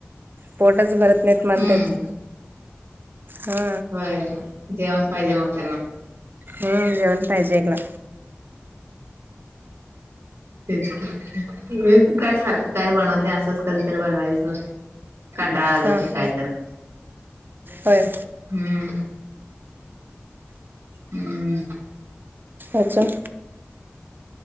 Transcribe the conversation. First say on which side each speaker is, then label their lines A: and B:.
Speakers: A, on the right; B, on the right.
A: पोटच भरत नाहीत म्हणतेत
B: हम्म
A: हा
B: होय. जेवण पाहिजे मग त्यांना
A: हम जेवण पाहिजे एकला
B: तेच मी पण काय सारखं काय बनवत नाही असंच कधीतरी बनवायचं. कंटाळा आलं
A: हा
B: की काय
A: हा
B: तर.
A: होय.
B: हम्म. हम्म
A: आजुन.